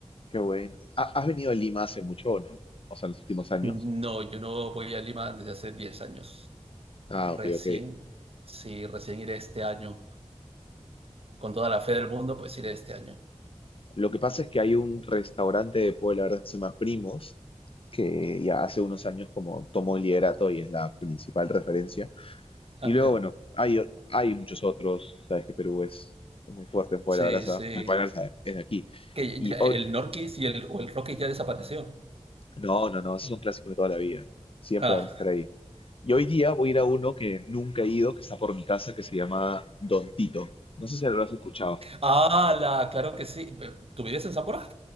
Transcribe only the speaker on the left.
Qué bueno. ¿Ha- ¿Has venido a Lima hace mucho o no? O sea, en los últimos años.
Ah,
ok, ok.
Lo que pasa es que hay un restaurante de pollo a la brasa que se llama Primos, que ya hace unos años como tomó el liderato y es la principal referencia
Y
luego, bueno, hay, o- hay muchos otros, sabes que Perú es muy fuerte en Puebla
Brasa,
en Puebla Brasa es de aquí.
Y
hoy,
no, no, no, esos son clásicos de toda la vida, siempre
van a estar ahí. Y hoy día voy a ir a uno que nunca he ido, que está por mi casa, que se llama Don Tito. No sé si lo has escuchado.